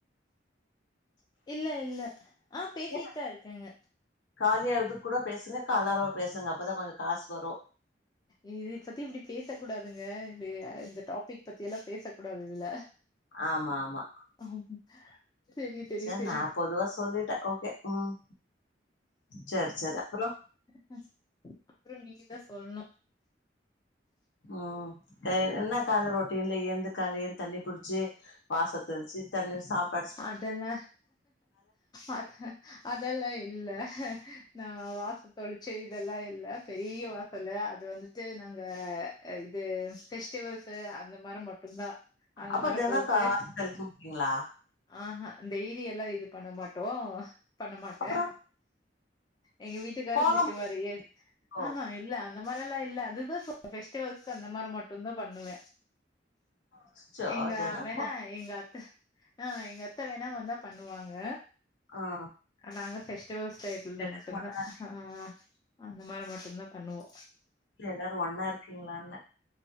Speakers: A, on the left; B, on the left.
A: இல்ல இல்ல ஆ பேசிட்டுதா
B: ஏ
A: இருக்கங்க
B: காலியா இதுக் கூட பேசுங்க கலாரவ பேசுங்க அப்பதா கொஞ்ச காஸ் வரு
A: ஏங்க இத பத்தி இப்டி பேச கூடாதுங்க இது இந்த டாபிக் பத்தி எல்லா பேச கூடாது இதுல
B: ஆமா ஆமா
A: ம் தெரியு தெரியு
B: சரி
A: தெரியு
B: நா பொதுவா சொல்லிட்ட ஓகே ம் சேர் சேர் அப்பறோ
A: ம் ம் அப்புறோ நீங்க தா சொல்ணு
B: ம் என்ன கால்ல ரொட்டின்ல ஏந்து கால ஏந்து தண்ணி புடிச்சி வாசத் தெள்சி தண்ணிர் சாப்
A: அதல்ல அத அதல்லா இல்ல நா வாச தொழுச்சு இதல்லா இல்ல பெரிய வாசலு அது வந்துட்டு நாங்க இது ஃபெஸ்டிவல்ஸு அந்த மாரு மட்டுந்தா அந்த
B: அப்ப
A: மாரி
B: தெனோ
A: போட்டு
B: க வாச <unintelligible> கூட்னீங்ளா
A: ஆஹா டெய்லி எல்லா இது பண்ண மாட்டோ பண்ண மாட்ட
B: அப்புறோ
A: எங்க வீட்டுக்காரு
B: கோலம்
A: திட்டுவாரு ஏ
B: போடுவோ
A: ஆஹா ஏ இல்ல அந்த மாரி எல்லா இல்ல அதுதா சொ ஃபெஸ்டிவல்கு அந்த மாரி மட்டுந்தா பண்ணுவ
B: அச்சோ
A: எங்க
B: தினோ
A: வேணா
B: கோ
A: எங்க அத்த ஆ எங்க அத்த வேணா வந்தா பண்ணுவாங்க
B: ஆ
A: நாங்க ஃபெஸ்டிவல்ஸ் டய்துல
B: எல்லாரு
A: மட்டுந்தா
B: ஒன்னா
A: ஆ அந்த மாரி மட்டுந்தா பண்ணுவோ
B: இல்ல எல்லாரு ஒன்னா இருக்கீங்ளான்ன